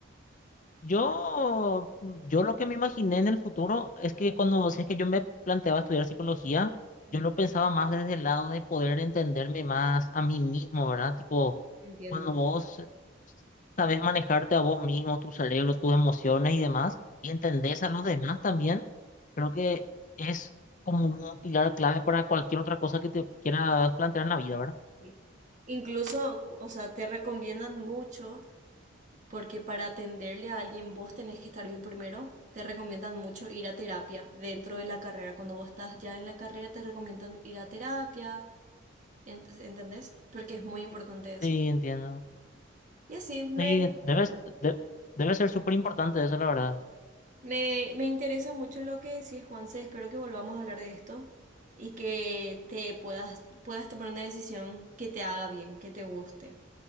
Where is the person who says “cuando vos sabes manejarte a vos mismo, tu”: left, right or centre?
Left